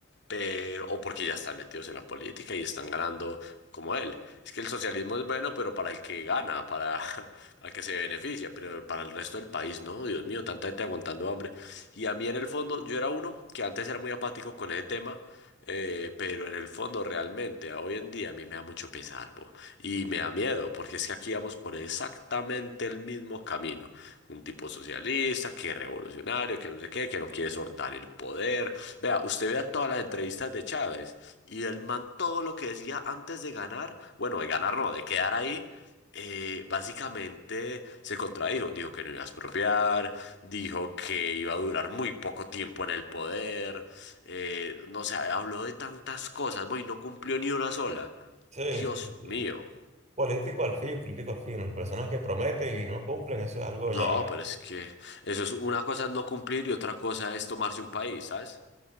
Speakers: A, on the left; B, on the right.
A: pero, o porque ya están metidos en la política y están ganando como él. Es que el socialismo es bueno, pero para el que gana, para, <laughs> para el que se beneficia, pero para el resto del país, no, Dios mío, tanta gente aguantando hambre. Y a mí en el fondo, yo era uno que antes era muy apático con ese tema, eh, pero en el fondo realmente a hoy en día a mí me da mucho pesar, bo, y me da miedo, porque es que aquí vamos por exactamente el mismo camino. Un tipo socialista, que revolucionario, que no sé qué, que no quiere soltar el poder. Vea, usted vea todas las entrevistas de Chávez y el man todo lo que decía antes de ganar, bueno, de ganar no, de quedar ahí. eh, básicamente se contradijo, dijo que no iba a expropiar, dijo que iba a durar muy poco tiempo en el poder, eh, no sé, habló de tantas cosas, voy, no cumplió ni una sola.
B: Sí,
A: Dios
B: sí, sí.
A: mío.
B: Político al fin, político al fin. Las personas que prometen y no cumplen, eso es algo
A: No,
B: ya.
A: pero es que eso es una cosa es no cumplir y otra cosa es tomarse un país, ¿sabes? <laughs>